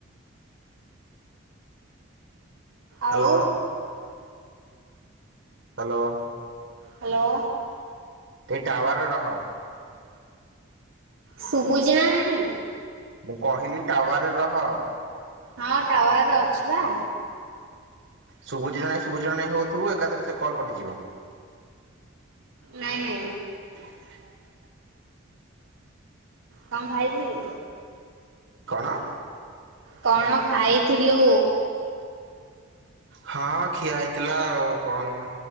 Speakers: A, on the right; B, on the right.
A: Hello
B: ଆଉ।
A: hello.
B: ହ୍ୟାଲୋ।
A: ଏ ଟାୱାର ରହ।
B: ଶୁଭୁଛି ନା ନାହିଁ?
A: ମୁଁ କହିଲି ଟାୱାରେ ରହ।
B: ହଁ ଟାୱାରରେ ଅଛି ବା।
A: ଶୁଭୁଚି ନା ନାଇଁ ଶୁଭୁଚି ନା ନାଇଁ ହଉଥିବୁ ଏକାଥରେ ସେ କଲ କଟିଯିବ।
B: ନାଇଁ ନାଇଁ
A: <unintelligible>
B: କଣ ଖାଇଥିଲୁ?
A: କଣ?
B: କଣ ଖାଇଥିଲୁ?
A: ହଁ ଖିଆ ହେଇଥିଲା ଆଉ କଣ